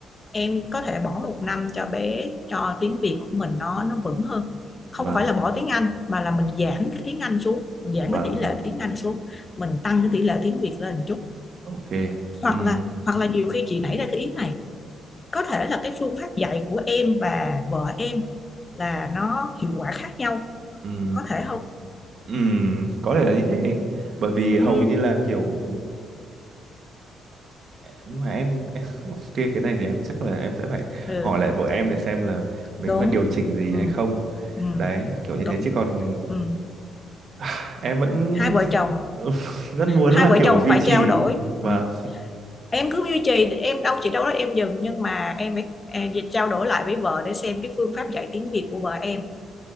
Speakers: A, on the left; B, on the right.
A: em có thể bỏ một năm cho bé cho tiếng Việt của mình nó nó vững hơn không
B: vâng
A: phải là bỏ tiếng Anh mà là mình giảm cái tiếng Anh xuống mình giảm
B: vâng
A: cái tỷ lệ
B: vâng
A: tiếng Anh xuống mình tăng cái tỷ lệ tiếng Việt lên một chút
B: ok
A: hoặc
B: ừ.
A: là hoặc là nhiều khi chị nảy ra cái ý này có thể là cái phương pháp dạy của em và vợ em là nó hiệu quả khác nhau
B: Ừ.
A: có thể không
B: Ừ. có thể là như thế bởi vì
A: ừ,
B: hầu như là kiểu nhưng mà em, em <laughs> ok cái này thì em chắc là em sẽ phải
A: ừ
B: hỏi lại vợ em để xem là mình
A: đúng
B: có phải điều chỉnh gì
A: ừ,
B: hay không
A: ừ,
B: đấy kiểu như
A: đúng
B: thế chứ còn
A: ừ.
B: <sighs> em vẫn
A: hai vợ chồng
B: <laughs> rất muốn
A: hai
B: là
A: vợ
B: kiểu
A: chồng
B: duy
A: phải
B: trì
A: trao đổi
B: vâng
A: ừ, em cứ duy trì em đâu chị đâu đó em dừng nhưng mà em phải à, dịch trao đổi lại với vợ để xem cái phương pháp dạy tiếng Việt của vợ em